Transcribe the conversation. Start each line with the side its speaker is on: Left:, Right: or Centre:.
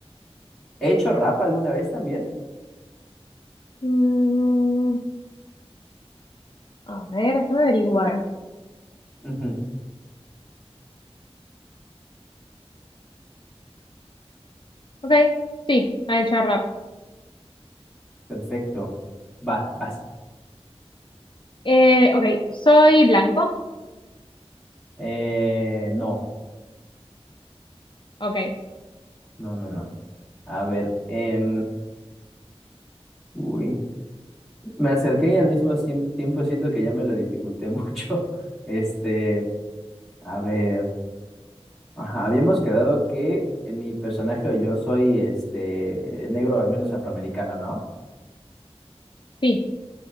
Centre: ¿He hecho rap alguna vez también?
Left: Mm, a ver, déjame averiguar.
Centre: Ujú,
Left: Ok, sí, ha hecho rap.
Centre: Perfecto. Va, vas.
Left: Eh, ok, soy blanco.
Centre: Eh, no,
Left: Ok,
Centre: no, no, no. A ver, em, uy, me acerqué y al mismo tiemp- tiempo siento que ya me lo dificulté <laughs> mucho. Este, a ver, ajá, habíamos quedado que eh, mi personaje o yo soy este negro, al menos afroamericano, ¿no?
Left: sí,